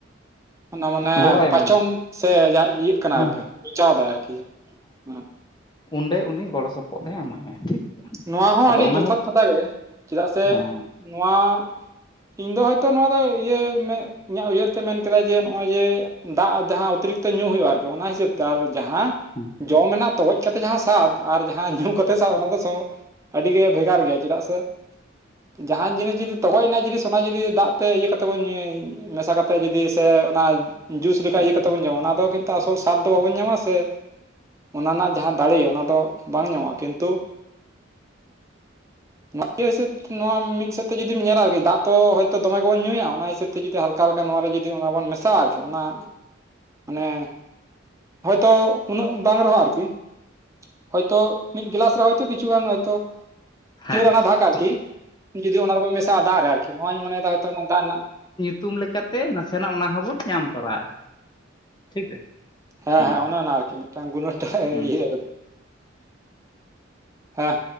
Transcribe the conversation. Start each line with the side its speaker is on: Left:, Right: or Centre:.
Right: ᱚᱱᱟ ᱢᱟᱱᱮ
Left: ᱜᱚᱲᱚᱭ
Right: ᱯᱟᱪᱚᱱ
Left: ᱮᱢᱟᱭᱟ
Right: ᱥᱮ ᱡᱟ ᱤᱭᱟᱹᱜ ᱠᱟᱱᱟ
Left: ᱦᱳᱭ
Right: ᱟᱨᱠᱤ
Left: ᱦᱳᱭ
Right: ᱦᱮᱪᱟᱣᱫᱟᱭ ᱟᱨᱠᱤ ᱦᱮᱸ
Left: ᱚᱸᱰᱮ ᱩᱱᱤ ᱜᱚᱲᱚ ᱥᱚᱯᱚᱦᱚᱫ ᱮ ᱮᱢᱟᱭᱟ ᱴᱷᱤᱠ
Right: ᱱᱚᱣᱟ ᱦᱚᱸ
Left: ᱟᱫᱚ
Right: ᱟᱹᱰᱤ
Left: ᱚᱱᱟ
Right: ᱡᱚᱛᱷᱟᱛ
Left: ᱦᱮᱸ
Right: ᱠᱟᱛᱷᱟ ᱜᱮ ᱪᱮᱫᱟᱜ ᱥᱮ
Left: ᱦᱮᱸ
Right: ᱱᱚᱣᱟ ᱤᱧ ᱫᱚ ᱦᱚᱭᱛᱚ ᱱᱚᱣᱟ ᱫᱚ ᱤᱭᱟᱹ ᱢᱮ ᱤᱧᱟᱹᱜ ᱩᱭᱦᱟᱹᱨ ᱛᱮ ᱢᱮᱱ ᱠᱮᱫᱟᱭ ᱡᱮ ᱱᱚᱜᱼᱚᱭ ᱡᱮ ᱫᱟᱜ ᱡᱟᱦᱟᱸ ᱚᱛᱤᱨᱤᱠᱛᱚ ᱧᱩ ᱦᱩᱭᱩᱜᱼᱟ ᱟᱨᱠᱤ ᱚᱱᱟ ᱦᱤᱥᱟᱹᱵ ᱛᱮ ᱛᱟᱨ ᱡᱟᱦᱟᱸ
Left: ᱦᱮᱸ
Right: ᱡᱚᱢ ᱨᱮᱱᱟᱜ ᱛᱚᱜᱚᱡ ᱠᱟᱛᱮ ᱡᱟᱦᱟᱸ ᱥᱟᱫ ᱟᱨ ᱡᱟᱦᱟᱸ ᱧᱩ ᱠᱟᱛᱮᱜ ᱥᱟᱫ ᱚᱱᱟ ᱫᱚ ᱥᱚᱢ ᱟᱹᱰᱤᱜᱮ ᱵᱷᱮᱜᱟᱨ ᱜᱮᱭᱟ ᱪᱮᱫᱟᱜ ᱥᱮ ᱡᱟᱦᱟᱸᱱ ᱡᱤᱱᱤᱥ ᱡᱩᱫᱤ ᱛᱚᱜᱚᱡᱽ ᱨᱮᱱᱟᱜ ᱡᱤᱱᱤᱥ ᱚᱱᱟ ᱡᱩᱫᱤ ᱫᱟᱜ ᱛᱮ ᱤᱭᱟᱹ ᱠᱟᱛᱮᱫ ᱵᱚᱱ ᱧᱩᱭᱟ ᱢᱮᱥᱟ ᱠᱟᱛᱮ ᱡᱩᱫᱤ ᱥᱮ ᱚᱱᱟ ᱡᱩᱥ ᱞᱮᱠᱟ ᱤᱭᱟᱹ ᱠᱟᱛᱮ ᱵᱚᱱ ᱡᱚᱢᱟ ᱚᱱᱟ ᱫᱚ ᱠᱤᱱᱛᱩ ᱟᱥᱚᱞ ᱥᱟᱛ ᱫᱚ ᱵᱟᱵᱚᱱ ᱧᱟᱢᱟ ᱥᱮ ᱚᱱᱟ ᱨᱮᱱᱟᱜ ᱡᱟᱦᱟᱸ ᱫᱟᱲᱮ ᱚᱱᱟ ᱫᱚ ᱵᱟᱝ ᱧᱟᱢᱚᱜᱼᱟ ᱠᱤᱱᱛᱩ ᱢᱟᱛᱤᱭᱳ ᱦᱤᱥᱟᱹᱯ ᱱᱚᱣᱟ ᱢᱤᱫ ᱥᱮᱫ ᱛᱮ ᱡᱩᱫᱤᱢ ᱧᱮᱞᱟ ᱟᱨᱠᱤ ᱫᱟᱜ ᱛᱚ ᱦᱳᱭᱛᱚ ᱫᱚᱢᱮ ᱜᱮᱵᱚᱱ ᱧᱩᱭᱟ ᱚᱱᱟ ᱦᱤᱥᱟᱹᱯ ᱛᱮ ᱛᱮ ᱡᱩᱫᱤ ᱦᱟᱞᱠᱟ ᱦᱟᱞᱠᱟ ᱱᱚᱣ ᱨᱮ ᱡᱩᱫᱤ ᱚᱱᱟ ᱵᱚᱱ ᱢᱮᱥᱟᱜᱼᱟ ᱟᱨᱠᱤ ᱚᱱᱟ ᱢᱟᱱᱮ ᱦᱳᱭ ᱛᱚ ᱩᱱᱟᱹᱜ ᱵᱟᱝ ᱨᱮᱦᱚᱸ ᱟᱨᱠᱤ, ᱦᱳᱭ ᱛᱚ ᱢᱤᱫ ᱜᱤᱞᱟᱥ ᱛᱚ ᱠᱤᱪᱷᱩ ᱜᱟᱱ ᱦᱳᱭᱛᱚ
Left: ᱦᱮᱸ
Right: ᱪᱟᱹᱨ ᱟᱱᱟ ᱵᱷᱟᱜ ᱟᱨᱠᱤ
Left: ᱴᱷᱤᱠ
Right: ᱡᱩᱫᱤ ᱚᱱᱟ ᱠᱚᱵᱚᱱ ᱢᱮᱥᱟᱜᱼᱟ ᱫᱟᱜ ᱨᱮ ᱟᱨᱠᱤ ᱱᱚᱣᱟᱧ ᱢᱚᱱᱮ ᱫᱟ ᱦᱳᱭ ᱛᱚ ᱫᱟᱜ ᱨᱮᱱᱟᱜ
Left: ᱛᱩᱢ ᱞᱮᱠᱟᱛᱮ ᱱᱟᱥᱮᱱᱟᱜ ᱚᱱᱟ ᱦᱚᱸ ᱵᱚᱱ ᱧᱟᱢ ᱛᱚᱨᱟ-ᱟ ᱴᱷᱤᱠ
Right: ᱦᱚᱸ
Left: ᱦᱩᱸ
Right: ᱦᱚᱸ ᱚᱱᱮ ᱚᱱᱟ ᱟᱨᱠᱤ ᱢᱤᱫᱴᱟᱝ ᱜᱩᱱᱟᱹ ᱴᱷᱟᱭ
Left: ᱦᱩᱸ
Right: ᱤᱭᱟᱹ ᱦᱮᱸ